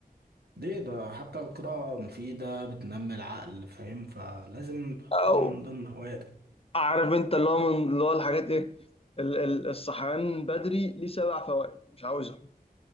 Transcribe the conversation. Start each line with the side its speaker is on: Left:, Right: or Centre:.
Right: ليه ده حتى القراءة مفيدة بتنمي العقل فاهم فلازم تحطها
Left: أو
Right: من ضمن هواياتك
Left: أعرف أنت اللي هو من اللي هو الحاجات إيه ال- ال- الصحيان بدري ليه سبع فوائد مش عاوزهم